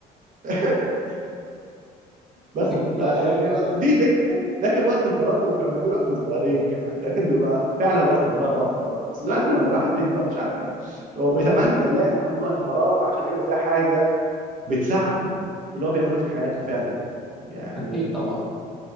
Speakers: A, on the right; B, in the centre.
A: <laughs> بس
B: دي كانت
A: ف-
B: لعبه
A: يعني
B: حلوه
A: لا-
B: قوي
A: دي ده كان ده كان وقت الفراغ اللي كنا بنعمله احنا صغيرين كمان ده كان بيبقى فعلا وقت فراغ وقت فراغ بس دلوقتي لما الواحد بيكبر مش عارف ايه هو بيتمنى يلاقي عنده وقت فراغ عشان يعمل فيها حاجه بتساعده في اللي هو بيعمله في حياته فعلا يعني يعني
B: اكيد طبعا